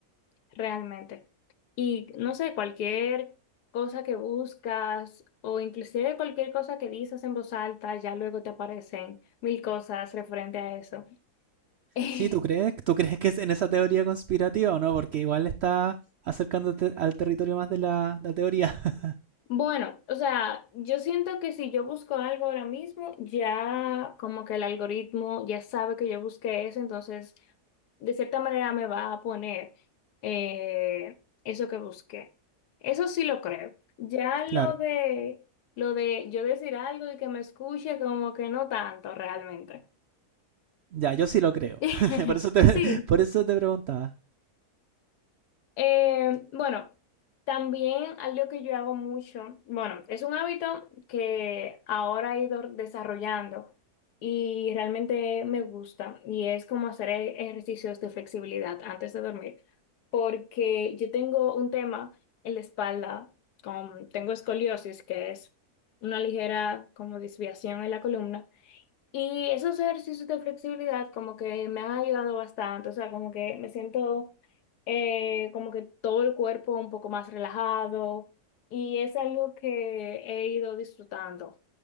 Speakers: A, on the left (about 85°); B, on the right (about 75°).
A: realmente. Y no sé, cualquier cosa que buscas o inclusive cualquier cosa que dices en voz alta, ya luego te aparecen mil cosas referente a eso. <laughs>
B: Sí, ¿tú crees? ¿Tú crees que es en esa teoría conspirativa o no? Porque igual está acercándote al territorio más de la, la teoría. <laughs>
A: Bueno, o sea, yo siento que si yo busco algo ahora mismo, ya como que el algoritmo ya sabe que yo busqué eso, entonces de cierta manera me va a poner eh, eso que busqué. Eso sí lo creo. Ya
B: Claro.
A: lo de lo de yo decir algo y que me escuche, como que no tanto realmente.
B: Ya, yo sí lo creo.
A: <laughs>
B: <laughs> Por eso te, <laughs>
A: Sí.
B: por eso te preguntaba.
A: Eh, bueno, también algo que yo hago mucho, bueno, es un hábito que ahora he ido desarrollando y realmente me gusta y es como hacer e- ejercicios de flexibilidad antes de dormir, porque yo tengo un tema en la espalda, con, tengo escoliosis, que es una ligera como desviación en la columna. Y esos ejercicios de flexibilidad como que me han ayudado bastante, o sea, como que me siento eh, como que todo el cuerpo un poco más relajado y es algo que he ido disfrutando.